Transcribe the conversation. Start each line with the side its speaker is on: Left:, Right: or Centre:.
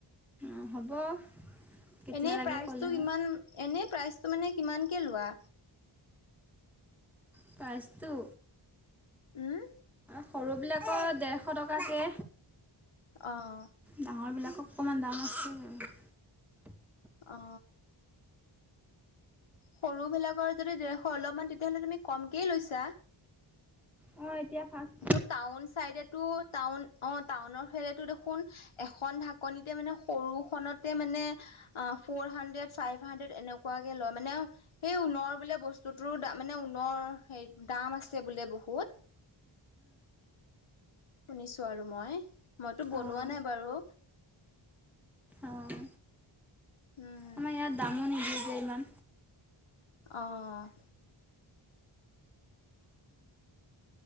Centre: অঁ হ'ব কেতিয়া
Left: এনে
Centre: লাগে
Left: প্ৰাইচটো
Centre: ক'লে হ'ল
Left: কিমান? এনেই প্ৰাইচটো মানে কিমানকে লোৱা?
Centre: প্ৰাইচটো?
Left: হুম।
Centre: সৰুবিলাকৰ ডেৰশ টকাকে
Left: অহ।
Centre: ডাঙৰবিলাকৰ অকণমান দাম আছে
Left: অ। সৰুবিলাকৰ যদি ডেৰশ অলপমান তেতিয়াহ'লে তুমি কমকেই লৈছা।
Centre: অ', এতিয়া ফাষ্ট
Left: যত টাউন চাইডেটো টাউন অ', টাউনৰ ফেলেতো দেখোন এখন ঢাকনিতে মানে, সৰুখনতে মানে আহ ফৰ হানড্ৰেড, ফাইভ হাড্ৰেড এনেকুৱাকে লয় মানে সেই ঊণৰ বোলে বস্তুতোৰো দা মানে ঊণনৰ হে দাম আছে বোলে বহুত। শুনিছো আৰু মই, মইতো বনোৱা
Centre: অঁ
Left: নাই বাৰু।
Centre: অঁ
Left: উম।
Centre: আমাৰ ইয়াত দামো <unintelligible> ইমান।
Left: অ'।